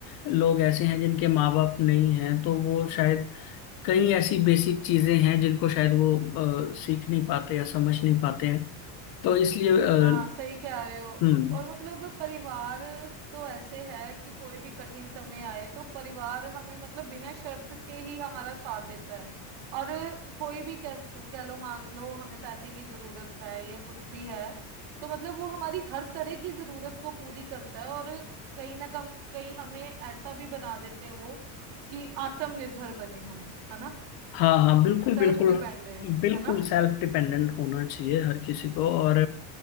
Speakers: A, on the left; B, on the right.
A: लोग ऐसे हैं जिनके माँ बाप नहीं हैं तो वो शायद कई ऐसी बेसिक चीजें हैं जिनको शायद वो अ, सीख नहीं पाते या समझ नहीं पाते हैं तो इसलिए अ,
B: हाँ सही कह रहे हो
A: हम्म
B: और मतलब परिवार तो ऐसे है कि कोई भी कठिन समय आए तो परिवार हमें मतलब बिना शर्त के ही हमारा साथ देता है और कोई भी कह, कह लो मान लो हमें पैसे की जरूरत है या कुछ भी है तो मतलब वो हमारी हर तरह की जरूरत को पूरी करता है और कहीं ना कम कहीं हमें ऐसा भी बना देते हैं वो कि आत्मनिर्भर बने हम है ना
A: हाँ हाँ बिल्कुल
B: सेल्फ
A: बिल्कुल
B: डिपेंडेंट
A: बिल्कुल
B: है ना
A: सेल्फ डिपेंडेंट होना चाहिए हर किसी को और